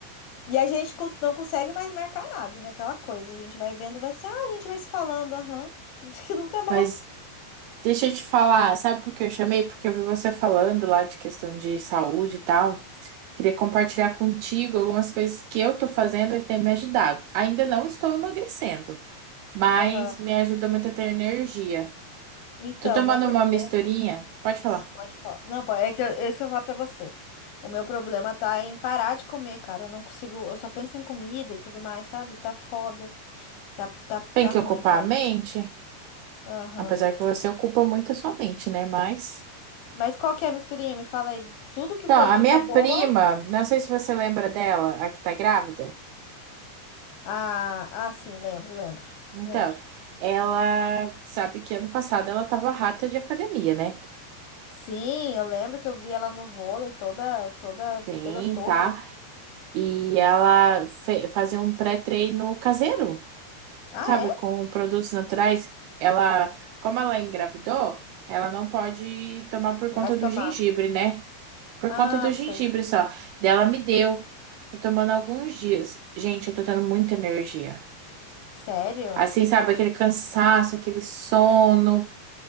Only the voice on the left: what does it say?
E a gente cons- não consegue mais marcar nada, né? Aquela coisa, a gente vai vendo, vai ser, ah, a gente vai se falando, aham, <laughs> que nunca mais.
Aham.
Então,
meu problema
é
esse, pode falar. Não, pode, é que eu, é isso eu vou falar pra você. O meu problema tá em parar de comer, cara. Eu não consigo, eu só penso em comida e tudo mais, sabe? Tá foda, tá, tá, tá
ruim,
sabe?
Aham.
Mas qual que é a misturinha? Me fala aí. Tudo que
for
dica
boa.
Ah, ah, sim, lembro, lembro,
lembro.
Sim, eu lembro que eu vi ela no vôlei toda, toda,
toda, toda.
Ah,
é?
Mas
tomar.
Ah,
sei.
Sério?